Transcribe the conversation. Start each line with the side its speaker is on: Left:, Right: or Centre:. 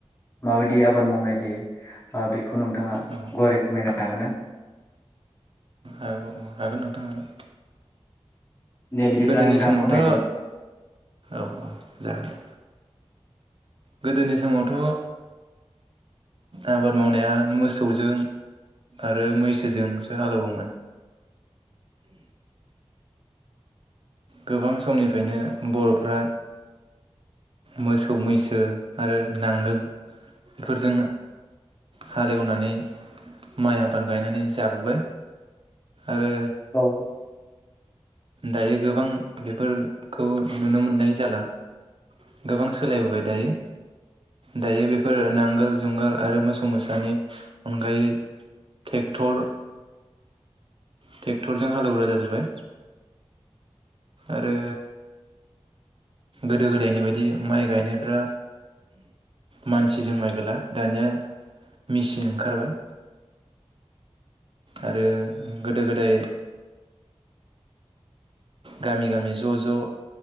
Left: माबादि आबाद मावनाय जायो ओ बेख खौ नोंथाङा
Right: औ
Left: गुवारै फोरमाय गोनना?
Right: औ औ हागोन नोंथां हागोन
Left: दे बिदिब्ला
Right: गोदोनि
Left: नोंथाङा
Right: समावथ'
Left: फोरमायदो
Right: औ औ जागोन दे गोदोनि समावथ' आबाद मावनाया मोसौजों आरो मैसोजोंसो हालेवोमोन। गोबां समनिफ्रायनो बर'फ्रा मोसौ मैसो आरो नांगोल बेफोरजों हालेवनानै माइ आबाद गायनानै जाबोबाय। आरो
Left: औ
Right: दायो गोबां बेफोरखौ नुनो मोननाय जाला गोबां सोलायबोबाय दायो दायो बेफोर नांगोल जुंगाल आरो मोसौ मोसानि अनगायै ट्रेक्टर ट्रेक्टरजों हालेवग्रा जाजोबबाय आरो गोदो गो दायनि बायदि माइ गायनायफ्रा मानसिजों माइ गायला दानिया मेचिन ओंखारबाय। आरो गोदो गोदाय गामि गामि ज' ज'